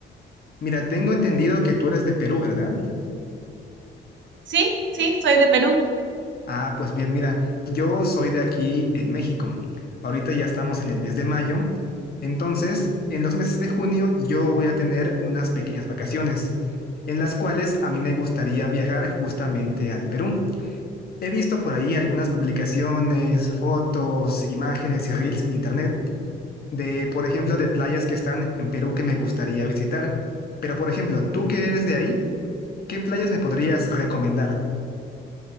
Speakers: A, on the left (about 50°); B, on the right (about 70°).
A: Mira, tengo entendido que tú eres de Perú, ¿verdad?
B: Sí, sí, soy de Perú.
A: Ah, pues bien, mira, yo soy de aquí en México. Ahorita ya estamos en el mes de mayo. Entonces, en los meses de junio yo voy a tener unas pequeñas vacaciones, en las cuales a mí me gustaría viajar justamente al Perú. He visto por ahí algunas publicaciones, fotos, imágenes y reels en internet. de, por ejemplo, de playas que están en Perú que me gustaría visitar. Pero, por ejemplo, tú que eres de ahí, ¿qué playas me podrías recomendar?